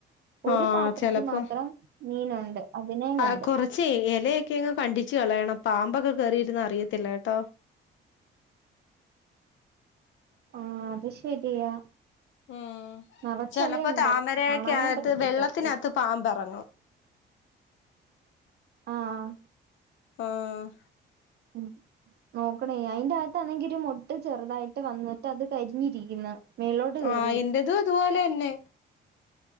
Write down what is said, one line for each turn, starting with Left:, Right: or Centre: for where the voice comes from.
Right: ഒരു
Left: ആഹ്
Right: പാത്രത്തിൽ
Left: ചെലപ്പോ
Right: മാത്രം മീനുണ്ട് അതിനേം കണ്ട്
Left: ആ കുറച്ചേ ഇലയൊക്കെങ്ങ് കണ്ടിച്ചു കളയണം പാമ്പൊക്കെ കേറിയിര്ന്ന അറിയത്തില്ല കേട്ടോ
Right: ആഹ് അത് ശരിയാ
Left: ഉം
Right: നറച്ചെലയുണ്ട്
Left: ചെലപ്പോ താമരയൊക്കെ
Right: കാണാനേ
Left: അകത്ത്
Right: പറ്റത്തില്ല
Left: വെള്ളത്തിനകത്ത്
Right: അത്രയും
Left: പാമ്പെറങ്ങും
Right: ആഹ്
Left: ആഹ്
Right: ഉം നോക്കണേ അയിന്റെ അകത്താണെങ്കിൽ ഒരു മുട്ട് ചെറുതായിട്ട് വന്നിട്ട് അത് കരിഞ്ഞിരിക്കുന്നു മേലോട്ട് കേറി
Left: ആഹ് എന്റതും അതുപോലെന്നെ